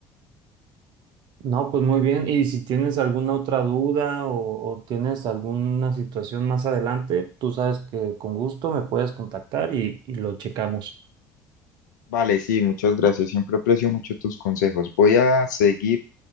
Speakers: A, on the right; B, on the left.
A: No, pues muy bien. Y si tienes alguna otra duda o, o tienes alguna situación más adelante, tú sabes que con gusto me puedes contactar y, y lo checamos.
B: Vale, sí, muchas gracias. Siempre aprecio mucho tus consejos. Voy a seguir,